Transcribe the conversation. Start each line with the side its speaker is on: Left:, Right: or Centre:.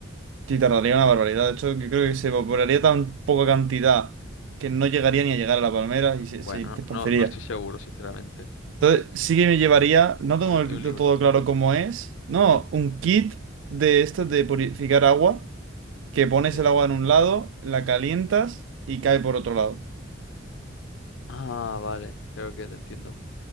Right: Sí, tardaría una barbaridad. De hecho, yo creo que se evaporaría tan poca cantidad que no llegaría ni a llegar a la palmera y se,
Left: Bueno,
Right: se dispersaría.
Left: no, no, no estoy seguro, sinceramente.
Right: Entonces, sí que me llevaría, no
Left: Un,
Right: tengo
Left: li-
Right: el-
Left: un
Right: de
Left: libro,
Right: todo claro cómo es, no, un kit de estos de purificar agua, que pones
Left: sí.
Right: el agua en un lado, la calientas y cae por otro lado.
Left: Ah, vale, creo que te entiendo.